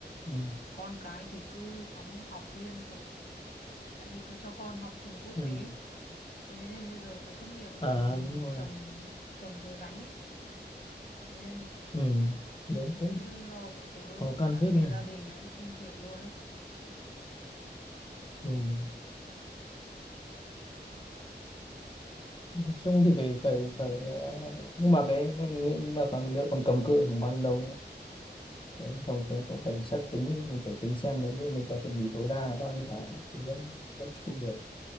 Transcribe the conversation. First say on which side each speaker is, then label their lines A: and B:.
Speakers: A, on the left; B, on the left.
A: Ừ.
B: con cái thì cứ đóng học liên tục tại vì tớ cho con học trường quốc
A: Ừ.
B: tế thế nên bây giờ tớ thất nghiệp ấy
A: à
B: thì một mình
A: đúng rồi
B: chồng chồng tớ gánh ấy thế nên
A: ừ. đúng
B: nỗi
A: cũng
B: lo của tớ
A: khó khăn
B: cả
A: phết
B: về
A: nhỉ
B: gia đình lẫn công việc luôn ấy
A: ừ. nói chung thì phải phải phải ờ, nhưng mà cái nhưng mà còn liệu còn cầm cự khoảng bao nhiêu lâu nữa Nếu như không thế cũng phải xét tính mình phải tính xem nếu như mình có thể nghỉ tối đa là bao nhiêu tháng thì vẫn vẫn trụ được